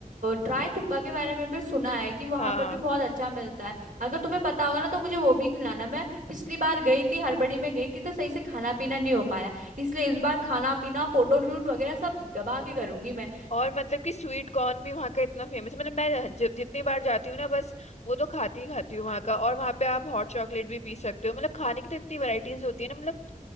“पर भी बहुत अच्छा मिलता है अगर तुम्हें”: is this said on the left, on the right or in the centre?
Right